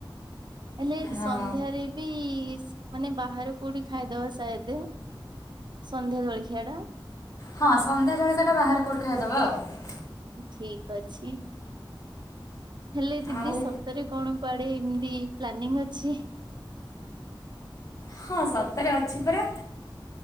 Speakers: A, on the right; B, on the left.
A: ହେଲେ
B: ହଁ
A: ସନ୍ଧ୍ୟାରେ ବି ମାନେ ବାହାରେ କୋଉଠି ଖାଇଦବା ସାଏଦ। ସନ୍ଧ୍ୟା ଜଳଖିଆ ଟା।
B: ହଁ ସନ୍ଧ୍ୟା ଜଳକା ଟା ବାହାରାରେ କଉଠି ଖାଇଦବା ଆଉ।
A: ଠିକ ଅଛି। ହେଲେ ଦିଦି
B: ଆଉ
A: ସତରେ କଣ କୁଆଡେ ଏମିତି ପ୍ଲାନିଂ ଅଛି?
B: ହଁ ସତରେ ଅଛି ପରା।